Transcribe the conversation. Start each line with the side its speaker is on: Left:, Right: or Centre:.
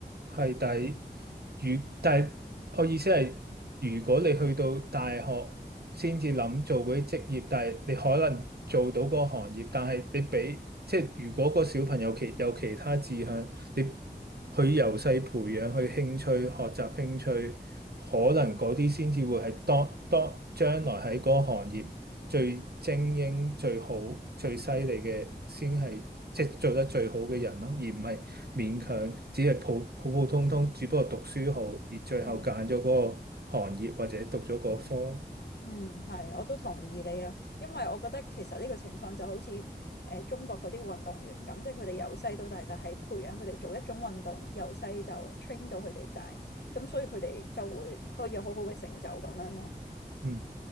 Right: 係，但係如但係我意思係，如果你去到大學先至諗做嗰啲職業，但係你可能做到嗰個行業，但係你俾即係如果個小朋友其有其他志向，你去由細培養去興趣、學習興趣，可能嗰啲先至會係當當將來喺嗰個行業最精英、最好、最犀利嘅，先係即係做得最好嘅人咯，而唔系勉强，只系普普普通通，只不过读书好，而最后拣咗嗰個行业或者读咗嗰科。
Left: 嗯嗯係，我都同意你啊，因為我覺得其實呢個情況就好似誒、呃中國嗰啲運動員咁，即係佢哋由細到大就係培養佢哋做一種運動，由細就 train 到佢哋大，咁所以佢哋就會可以有好好嘅成就咁樣咯。
Right: 嗯，